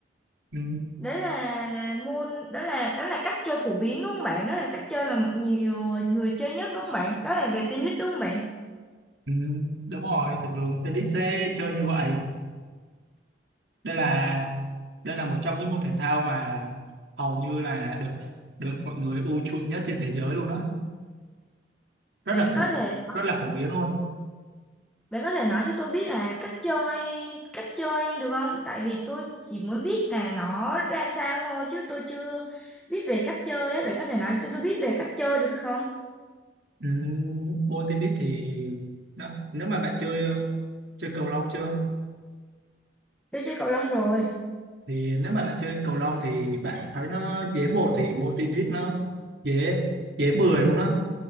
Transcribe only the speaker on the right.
Ừ,
ừ, đúng rồi, thường thường tennis sẽ chơi như vậy. Đây là đây là một trong những môn thể thao mà hầu như là được được mọi người ưa chuộng nhất trên thế giới luôn đó. Rất
là phổ
rất là phổ biến luôn.
Ừ, môn tennis thì nó, nếu mà bạn chơi ờ, chơi cầu lông chưa?
thì nếu mà bạn chơi cầu lông thì bạn thấy nó dễ một thì môn tennis nó dễ dễ 10 luôn đó